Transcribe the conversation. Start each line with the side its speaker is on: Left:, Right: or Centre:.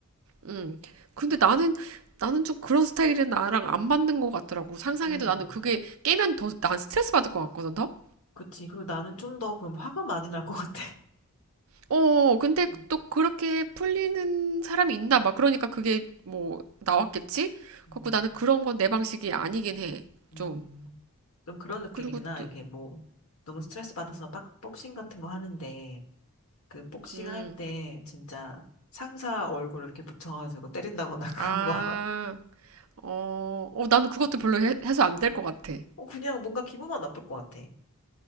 Right: 음. 근데 나는 나는 좀 그런 스타일은 나랑 안 맞는 것 같더라고. 상상해도
Left: 오,
Right: 나는 그게 깨면 더 난 스트레스 받을 것 같거든, 더.
Left: 그치. 그리고 나는 좀 더 그럼 화가 많이 날 것 같아.
Right: 어, 근데
Left: 음,
Right: 또 그렇게 풀리는 사람이 있나 봐. 그러니까 그게 뭐 나왔겠지?
Left: 음.
Right: 그래갖고 나는 그런 건 내 방식이 아니긴 해.
Left: 음.
Right: 좀.
Left: 좀 그런 느낌이구나.
Right: 그리고 또,
Left: 이게 뭐, 너무 스트레스 받아서 빡, 복싱 같은 거 하는데, 그 복싱
Right: 음,
Left: 할 때 진짜 상사 얼굴 이렇게 붙여가지고 때린다거나 <laughs> 그런
Right: 아,
Left: 거.
Right: 어, 어, 나는 그것도 별로 해, 해서 안 될 것 같아.
Left: 어, 그냥 뭔가 기분만 나쁠 것 같아.